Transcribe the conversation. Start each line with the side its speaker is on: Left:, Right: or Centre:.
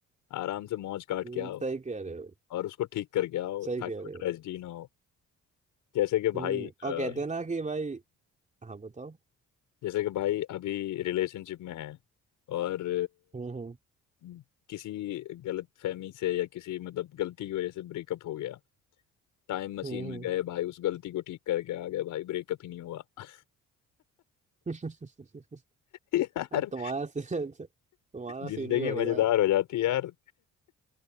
Left: आराम से मौज काट
Right: हम्म,
Left: के आओ
Right: सही कह रहे हो
Left: और उसको ठीक करके आओ
Right: सही
Left: ताकि
Right: कह रहे
Left: वो
Right: हो
Left: ट्रेजेडी ना हो जैसे कि भाई
Right: हम्म
Left: अ,
Right: और
Left: हम्म,
Right: कहते हैं ना कि भाई हाँ बताओ
Left: जैसे कि भाई अभी रिलेशनशिप में है और
Right: हम्म हम्म
Left: अ, किसी गलत फहमी से या किसी मतलब गलती की वजह से ब्रेकअप हो गया टाइम मशीन
Right: हम्म हम्म।
Left: में गए भाई उस गलती को ठीक करके आ गए भाई ब्रेकअप ही नहीं हुआ <laughs>
Right: <laughs>
Left: यार
Right: अब तुम्हारा सीन तुम्हारा
Left: जिंदगी
Right: सीन भी बढ़िया
Left: मजेदार
Right: है
Left: हो जाती है यार